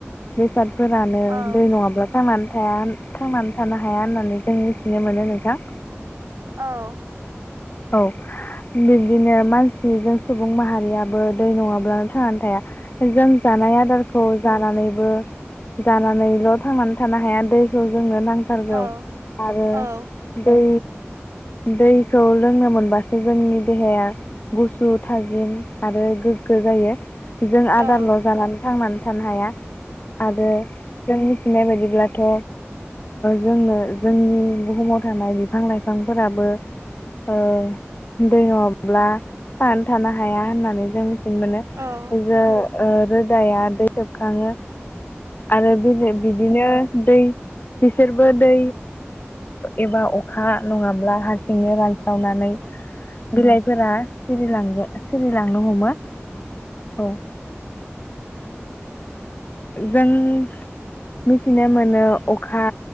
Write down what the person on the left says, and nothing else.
बेसादफोरानो
दै नङाब्ला थांनानै थाया थांनानै थानो हाया होननानै जों मिथिनो मोनो नोंथां
औ बिब्दिनो मानसि जों सुबुं माहारियाबो दै नङाब्लानो थांनानै थाया जों जानाय आदारखौ जानानैबो जानानैल' थांनानै थानो हाया दैखौ जोंनो नांथारगौ
आरो
दै दैखौ लोंनो मोनबासो जोंनि देहाया गुसु थाजिम आरो गोग्गो जायो जों आदारल'
जानानै थांनानै थानो हाया आरो जों मिथिनाय बायदिब्लाथ' जोंनो जोंनि बुहुमाव थानाय बिफां लाइफांफोराबो ओ दै नङाब्ला थांनानै थानो हाया होननानै जों मिथिनो मोनो
रो ओ रोदाया दै सेबखाङो आरो बि बि बिदिनो दै बिसोरबो दै एबा अखा नङाब्ला हारसिंनो रान सावनानै बिलाइफोरा सिरिलां सिरिलांनो हमो औ जों मिथिनो मोनो अखा